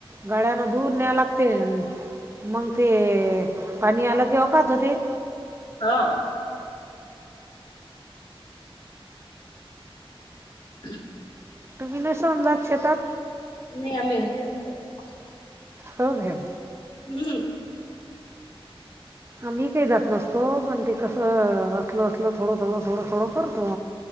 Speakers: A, on the right; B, on the left.
A: गाड्याना दूर न्याय लागत ते मग ते पाणी आल की अकात होते.
B: हां. <inaudible>
A: तुम्ही नसन जात शेतात?
B: नाही आम्ही घरीच असतो.
A: हो काय.
B: हम्म.
A: आम्ही काही जात नसतो पण ते कसं असलं असलं थोड, थोड, थोड, थोड करतो.